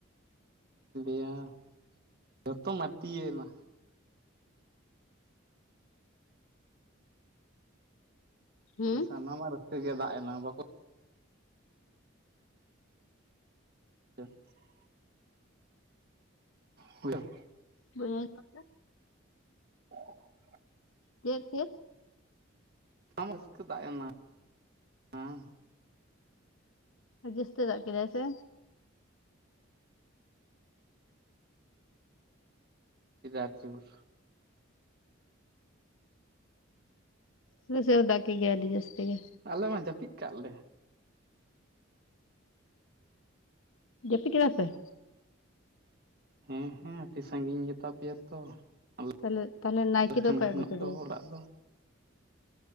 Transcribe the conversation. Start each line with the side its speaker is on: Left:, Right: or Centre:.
Right: ᱡᱟ ᱡᱷᱚᱛᱚ ᱢᱟᱴᱤᱭᱮᱱᱟ
Left: ᱦᱩᱸ
Right: ᱥᱟᱱᱟᱢᱟᱜ ᱨᱟᱹᱥᱠᱟᱹ ᱜᱮ ᱫᱟᱜ ᱮᱱᱟᱝ ᱵᱟᱠᱚ <unintelligible> ᱦᱮᱞᱟᱹᱣ <inaudible>
Left: ᱵᱟᱹᱧ ᱟᱡᱚᱢ ᱫᱟ
Right: <unintelligible>
Left: ᱪᱮᱫ ᱪᱮᱫ
Right: ᱚᱱᱟ ᱢᱟ ᱨᱟᱹᱥᱠᱟᱹ ᱫᱟᱜ ᱮᱱᱟ ᱦᱮᱸ
Left: ᱡᱟᱹᱥᱛᱤ ᱫᱟᱜ ᱠᱮᱫᱟᱭ ᱥᱮ
Right: ᱪᱤᱫᱟᱨ ᱡᱳᱨ
Left: ᱟᱞᱮ ᱥᱮᱫ ᱦᱚᱸ ᱫᱟᱜ ᱠᱮᱜ ᱜᱮᱭᱟᱭ ᱟᱹᱰᱤ ᱡᱟᱹᱥᱛᱤ ᱜᱮ
Right: ᱟᱞᱮ ᱢᱟ ᱡᱟᱹᱯᱤᱫ ᱠᱟᱜ ᱞᱮ
Left: ᱡᱟᱹᱯᱤᱫ ᱠᱮᱫᱟ ᱯᱮ
Right: ᱦᱮᱸ ᱦᱮᱸ ᱟᱹᱰᱤ ᱥᱟᱹᱜᱤᱧ ᱜᱮᱛᱟ ᱯᱮᱭᱟ ᱛᱚ ᱟᱞᱮ
Left: ᱛᱟᱦᱞᱮ ᱛᱟᱦᱞᱮ ᱱᱟᱭᱠᱮ
Right: ᱟᱯᱮ
Left: ᱫᱚ
Right: ᱴᱷᱮᱱ
Left: ᱚᱠᱚᱭ
Right: ᱠᱷᱚᱱᱟᱜ
Left: ᱟᱹᱜᱩ ᱠᱮᱫᱮᱭᱟ
Right: ᱫᱚ ᱚᱲᱟᱜ ᱫᱚ